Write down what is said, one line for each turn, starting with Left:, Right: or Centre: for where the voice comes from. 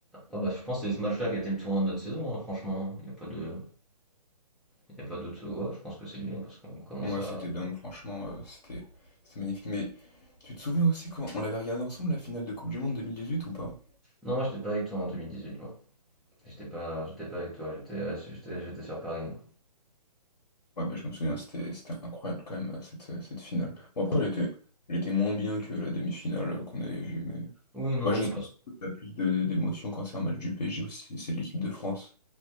Centre: ah bah, je pense que c'est ce match-là qui a été le tournant de notre saison, hein, franchement, il y a pas de il y a pas d'autre ouais, je pense que c'est lui, hein, parce qu'on commence
Left: moi Ouais,
Centre: à
Left: c'était dingue, franchement, euh, c'était c'était magnifique. Mais tu te souviens aussi quand on l'avait regardé ensemble la finale de Coupe du Monde 2018 ou pas?
Centre: non, moi, j'étais pas avec toi en 2018, moi. J'étais pas j'étais pas avec toi, j'étais j'étais j'étais sur Paris, moi.
Left: Ouais, bah je me souviens, c'était c'était incroyable quand même, euh, cette, euh, cette finale. Bon, après, elle était, elle était moins bien que la demi-finale euh, qu'on avait vue, mais.
Centre: Oui, non,
Left: Bah, je
Centre: oui,
Left: sais
Centre: parce
Left: pas si
Centre: que
Left: t'as plus de- d'émotion quand c'est un match du PSG ou si c'est de l'équipe de France.